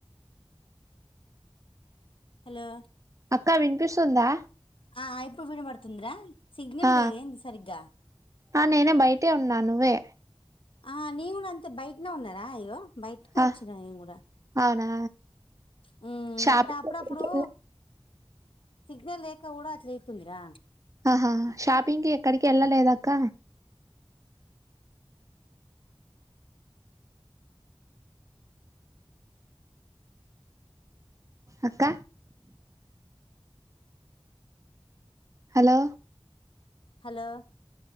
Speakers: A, on the left; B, on the right.
A: హలో
B: అక్క వినిపిస్తుందా
A: ఆ అ ఇప్పుడు వినపడుతుందిరా సిగ్నల్
B: ఆ
A: లేదేంది సరిగ్గా
B: ఆ నేనే బయటే ఉన్నా నువ్వే
A: ఆ నీను కూడా అంతె బయట్నే ఉన్నారా ఇగోబయటికె
B: ఆ
A: వచ్చినా నేను కూడా
B: అవునా
A: మ్ మ్
B: షాపింగ్
A: అంటే అప్పుడప్పుడు
B: ఎక్కడికి వెళ్ళ
A: సిగ్నల్ లేేక కూడ అట్ల అయితుంది రా
B: ఆహా షాపింగ్కిి ఎక్కడికేళ్ళలేద అక్క అక్క హలో
A: హలో